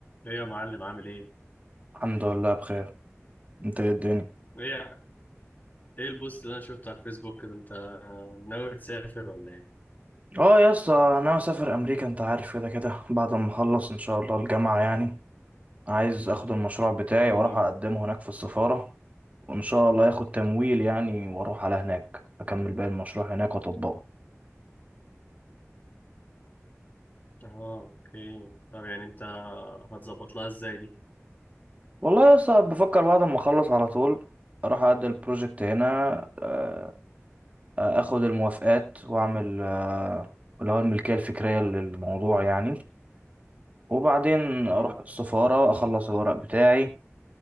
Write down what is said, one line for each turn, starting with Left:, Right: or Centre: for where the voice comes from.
Left: ايه يا معلم عامل ايه؟
Right: الحمد لله بخير انت ايه الدنيا
Left: ايه ايه البوست اللي انا شفته على الفيسبوك كده انت ناوي تسافر ولا ايه؟
Right: اه يا اسطى انا مسافر امريكا انت عارف كده كده بعد ما اخلص ان شاء الله الجامعه يعني عايز اخد المشروع بتاعي
Left: امم
Right: واروح اقدمه هناك في السفاره وان شاء الله ياخد تمويل يعني واروح على هناك اكمل باقي المشروع هناك واطبقه
Left: اه اوكي طب يعني انت هتظبط لها ازاي دي؟
Right: والله يا اسطى بفكر بعد ما اخلص على طول اروح اقدم البروجكت هنا آه، آه، اخد الموافقات واعمل آه، اللي هو الملكيه الفكريه للموضوع يعني وبعدين
Left: امم
Right: اروح السفاره اخلص الورق بتاعي